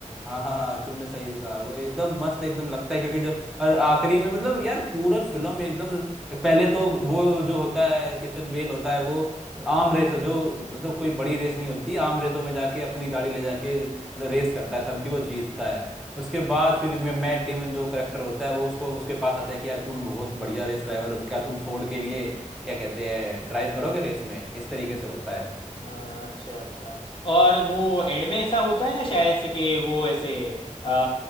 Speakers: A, in the centre; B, on the left.
A: हाँ हाँ हाँ तुमने सही कहा वो एकदम मस्त एकदम लगता है क्योंकि जो और आखिरी में मतलब यार पूरा फिल्म एकदम पहले तो वो जो होता है किशन बेल होता है वो आर्म रेस जो मतलब कोई बड़ी रेस नहीं होती आर्म रेसों में जाके अपनी गाड़ी ले जाके मतलब रेस करता है तब भी वो जीतता है उसके बाद फिर मैं मैट डेमन जो करेक्टर होता है वो उसको उसके पास आता है कि यार तुम बहुत बढ़िया रेस ड्राइवर हो तो क्या तुम फोर्ड के लिए क्या कहते हैं ड्राइव करोगे रेस में इस तरीके से होता
B: हाँ, अच्छा अच्छा और वो एंड में ऐसा होता है ना शायद से कि वो ऐसे अ,